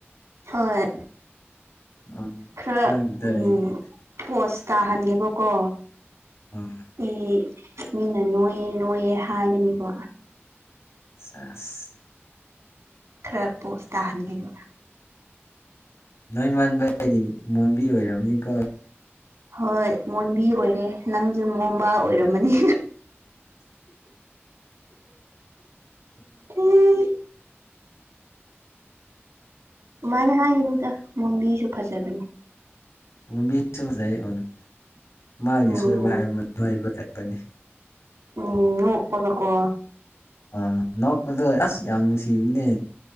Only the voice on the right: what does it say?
ꯍꯣꯏ
ꯈꯔ
ꯎꯝ
ꯄꯣꯁ ꯇꯥꯍꯟꯒꯦꯕꯀꯣ
ꯑꯦ ꯃꯤꯅ ꯅꯣꯏꯌꯦꯦ ꯅꯣꯏꯌꯦꯦ ꯍꯥꯏꯒꯅꯤꯀꯣ
ꯈꯔ ꯄꯣꯁ ꯇꯥꯍꯟꯈꯤꯕꯕ
ꯍꯣꯏ ꯃꯣꯟꯕꯤ ꯑꯣꯏꯔꯦ ꯅꯪꯁꯨ ꯃꯣꯕꯥ ꯑꯣꯏꯔꯝꯃꯅꯤ
ꯎꯝ ꯑꯗꯨꯃꯥꯏꯅ ꯍꯥꯏꯒꯅꯨꯗ ꯃꯣꯕꯤꯁꯨ ꯐꯖꯕꯅꯤ
ꯎꯝ
ꯎꯝ ꯑꯣꯄꯗꯀꯣ